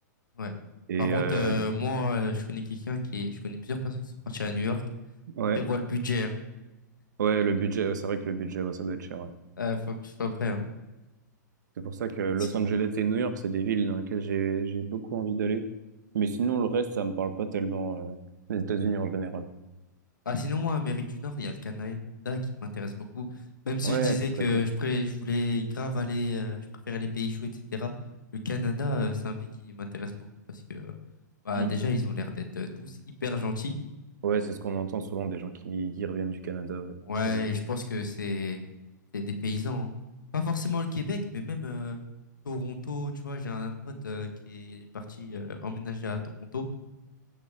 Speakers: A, on the left; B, on the right.
A: Ouais.
B: Et
A: Par contre,
B: euh,
A: euh, moi, euh, je connais quelqu'un qui est... Je connais plusieurs personnes qui sont parties à New York.
B: Ouais,
A: Prévois le budget, hein.
B: ouais, le budget, ouais, c'est vrai que le budget, ouais, ça doit être cher. ouais.
A: Euh, faut que tu sois prêt, hein.
B: C'est pour ça que Los
A: Si-
B: Angeles et New York, c'est des villes dans lesquelles j'ai j'ai beaucoup envie d'aller. Mais sinon, le reste, ça me parle pas tellement, euh, les États-Unis en général.
A: Ah, sinon, moi, Amérique du Nord, il y a le Canada qui m'intéresse beaucoup. Même si
B: Ouais,
A: je disais
B: c'est
A: que
B: très cool.
A: je, pré... je voulais grave aller, euh, je préférais les pays chauds, etc. Le Canada, euh, c'est un pays qui m'intéresse beaucoup parce que, euh, bah,
B: Mm.
A: déjà, ils ont l'air d'être euh, tous hyper gentils.
B: Ouais, c'est ce qu'on entend souvent des gens qui, qui reviennent du Canada, ouais,
A: Ouais,
B: c'est vrai.
A: et je pense que c'est c'est des paysans. hein. Pas forcément le Québec, mais même euh, Toronto, tu vois, j'ai un pote euh, qui est parti euh, emménager à Toronto